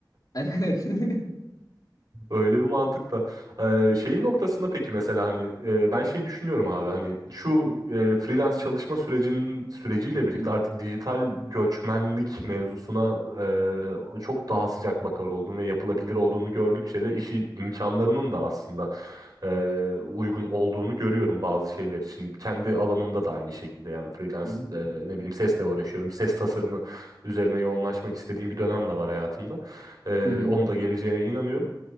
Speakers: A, on the left; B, on the right.
A: <laughs> Evet. <laughs>
B: Öyle bir mantıkta. Ee, şeyi noktasında peki mesela hani e, ben şey düşünüyorum abi hani şu e, freelance çalışma sürecinin süreciyle birlikte
A: Hı
B: artık dijital göçmenlik mevzusuna e, çok daha sıcak bakar oldum ve yapılabilir olduğunu gördükçe de işi imkanlarının da aslında e, uygun olduğunu görüyorum bazı şeyler için. Kendi alanımda da aynı şekilde yani freelance
A: hı.
B: e, ne bileyim sesle uğraşıyorum. Ses tasarımı üzerine yoğunlaşmak istediğim bir dönem de var hayatımda. E,
A: Hı hı.
B: onun da geleceğine inanıyorum.